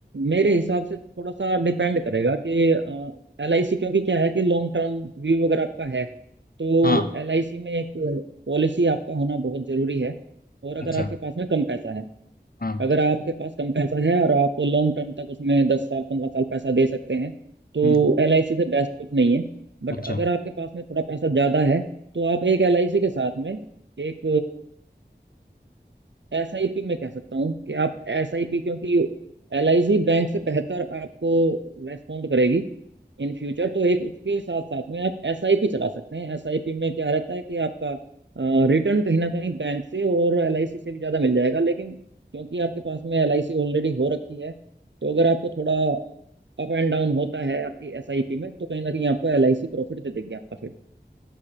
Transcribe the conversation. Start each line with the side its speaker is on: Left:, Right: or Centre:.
Right: मेरे हिसाब से थोड़ा सा डिपेंड करेगा कि एल आई सी क्योंकि क्या है कि लॉन्ग टर्म व्यू अगर आपका है तो
Left: हाँ
Right: एल आई सी में एक पॉलिसी आपका होना बहुत जरूरी है और अगर
Left: अच्छा
Right: आपके पास में कम पैसा है
Left: हाँ
Right: अगर आपके पास कम पैसा है और आप लॉन्ग टर्म तक उसमें दस साल पंद्रह साल पैसा दे सकते हैं तो
Left: हम्म
Right: एल आई सी से बेस्ट कुछ नहीं है बट
Left: अच्छा
Right: अगर आपके पास में थोड़ा पैसा ज़्यादा है तो आप एक एल आई सी के साथ में एक एस आई पी मैं कह सकता हूँ कि आप एस आई पी क्योंकि एल आई सी बैंक से बेहतर आपको रेस्पॉन्ड करेगी इन फ्यूचर तो एक उसके साथ साथ में आप एस आई पी चला सकते हैं एस आई पी में क्या रहता है कि आपका रिटर्न कहीं ना कहीं बैंक से और एल आई सी से भी ज़्यादा मिल जाएगा लेकिन क्योंकि आपके पास में एल आई सी ऑलरेडी हो रखी है तो अगर आपको थोड़ा अप एंड डाउन होता है आपकी एस आई पी में तो कहीं ना कहीं आपको एल आई सी प्रॉफिट दे देगी आपका फिर